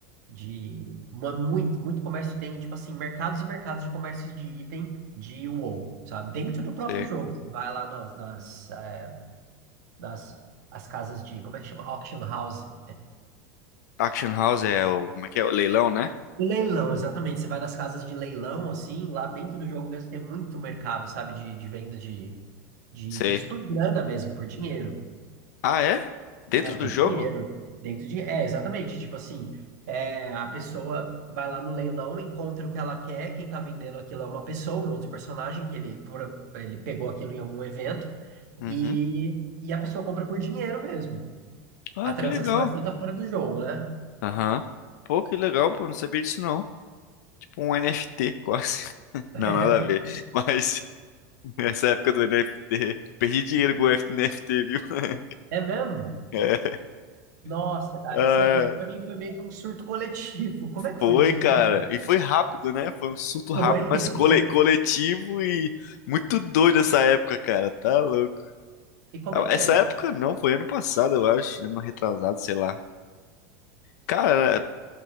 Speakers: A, on the right; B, on the left.
A: De mu- muito, muito comércio tem, tipo assim, mercados e mercados de comércio de item de WoW, sabe? Dentro do próprio
B: Sei.
A: jogo. Você vai lá nas, nas, eh, nas as casas de, como é que chama? Auction House.
B: Auction House é o. Como é que é? O leilão, né?
A: Leilão, exatamente. Você vai nas casas de leilão, assim, lá dentro do jogo mesmo tem muito mercado, sabe, de, de venda de, de
B: Sei.
A: itens por grana mesmo, por dinheiro.
B: Ah, é? Dentro
A: É, por
B: do jogo?
A: dinheiro. Dentro de. É, exatamente. Tipo assim, é, a pessoa vai lá no leilão, encontra o que ela quer, quem tá vendendo aquilo é uma pessoa, um outro personagem que ele, pro- ele pegou aquilo em algum evento, e,
B: Uhum.
A: e a pessoa compra por dinheiro mesmo.
B: Ah,
A: A transação
B: que legal.
A: é feita fora do jogo, né?
B: Aham. Pô, que legal, pô. Não sabia disso, não. Tipo um NFT, quase. <laughs> Não,
A: É,
B: nada a ver. Mas <laughs> nessa época do NFT, perdi dinheiro com o NFT, viu? <laughs>
A: <laughs> É mesmo?
B: É.
A: Nossa, cara,
B: Ah,
A: essa, isso pra mim foi meio que um surto coletivo. Como é que
B: foi,
A: foi isso
B: cara.
A: mesmo?
B: E foi rápido, né? Foi um surto rápido,
A: Foi.
B: mas
A: <laughs>
B: cole- coletivo e muito doido essa época, cara. Tá louco.
A: E como
B: Ah,
A: é que
B: Essa
A: era isso?
B: época
A: mesmo?
B: não, foi ano passado, eu acho. Ano retrasado, sei lá. Cara, era-